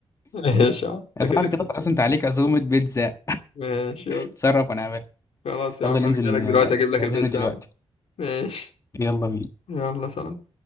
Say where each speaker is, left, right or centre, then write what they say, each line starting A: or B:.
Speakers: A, on the left (about 75°); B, on the left (about 30°).
A: <laughs> ماشي يا عم انت
B: يا صاحبي
A: كده
B: كده
A: كده
B: خلاص انت عليك عزومة بيتزا <laughs>
A: ماشي يلا
B: اتصرف وانا اعمل
A: خلاص يا
B: يلا
A: عم
B: ننزل
A: انا جاي
B: ن-
A: لك دلوقتي اجيب لك
B: تعزمني
A: البيتزا
B: دلوقتي
A: يا عم ماشي
B: يلا بينا
A: يلا سلام